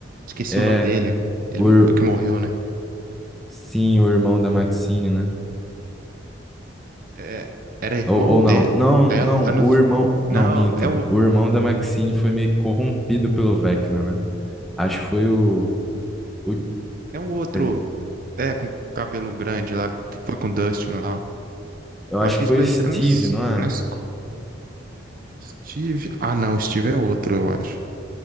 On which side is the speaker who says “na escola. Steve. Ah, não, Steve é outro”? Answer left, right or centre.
Right